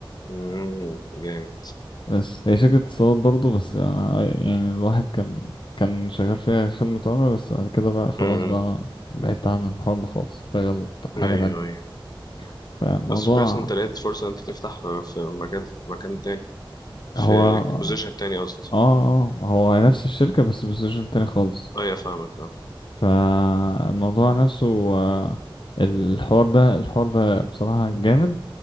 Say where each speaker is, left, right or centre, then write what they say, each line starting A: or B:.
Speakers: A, on the left; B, on the left.
A: م- م. جامد
B: بس هي شركة اتصالات برضو بس أنا يعني الواحد كان كان شغال فيها خدمة عملاء بس بعد كده بقى خلاص
A: م-
B: بقى أنا بعدت عن الحوار ده خالص شغال حاجة
A: م. أيوه
B: تانية
A: أيوه
B: فالموضوع
A: بس كويس إن انت لقيت فرصة إن انت تفتح في مجال في مكان تاني في
B: هو اه
A: بوزيشن تاني قصدي
B: آه، هو نفس الشركة بس بوزيشن تاني خالص
A: اه يا فاهمك اه
B: فالموضوع نفسه آه، الحوار ده الحوار ده بصراحة جامد